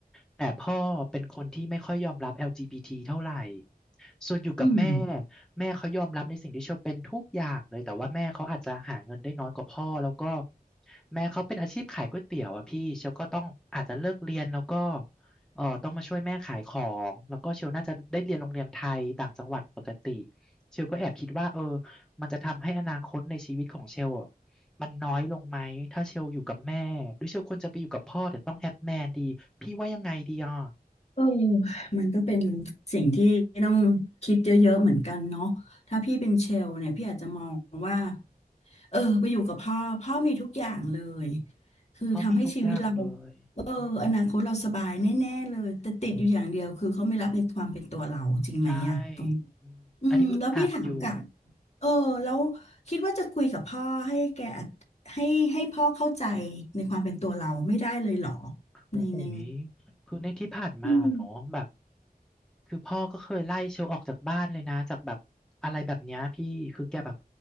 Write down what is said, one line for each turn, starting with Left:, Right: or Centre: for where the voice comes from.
Centre: แต่พ่อเป็นคนที่ไม่ค่อยยอมรับ LGBT เท่าไหร่ส่วนอยู่กับแม่
Left: ืม
Centre: แม่เขายอมรับในสิ่งที่เชลเป็นทุกอย่างเลยแต่ว่าแม่เขาอาจจะหาเงินได้น้อยกว่าพ่อแล้วก็แม่เขาเป็นอาชีพขายก๋วยเตี๋ยวอ่ะพี่เชลก็ต้องอาจจะเลิกเรียนแล้วก็เออต้องมาช่วยแม่ขายของแล้วก็เชลน่าจะได้เรียนโรงเรียนไทยต่างจังหวัดปกติเชลก็แอบคิดว่าเออมันจะทำให้อนาคตในชีวิตของเชลอะมันน้อยลงไหมถ้าเชลอยู่กับแม่หรือเชลควรจะไปอยู่กับพ่อแต่ต้องแอบแมนดีพี่ว่ายังไงดีอ่ะ
Left: เออมันก็เป็นสิ่งที่ต้องคิดเยอะๆเหมือนกันเนาะถ้าพี่เป็นเชลเนี่ยพี่อาจจะมองว่าเออไปอยู่กับพ่อพ่อมีทุกอย่างเลยคือทำให้ชีวิตเรา
Centre: เขามีทุกอย่างเลยอืม
Left: เอออนาคตเราสบายแน่ๆเลยแต่ติดอยู่อย่างเดียวคือเขาไม่รับในความเป็นตัวเราจริงไหมอะตรง
Centre: ใช่อืมอันนี้อึดอัดอยู่
Left: อืมแล้วพี่ถามกลับเออแล้วคิดว่าจะคุยกับพ่อให้แกอัดให้ให้พ่อเข้าใจในความเป็นตัวเราไม่ได้เลยเหรอ
Centre: โอ้โหย
Left: ในใน
Centre: คือในที่ผ่านมาเนาะแบบ
Left: อืม
Centre: คือพ่อก็เคยไล่เชลออกจากบ้านเลยนะ จากแบบอะไรแบบเนี้ยพี่คือแกแบบ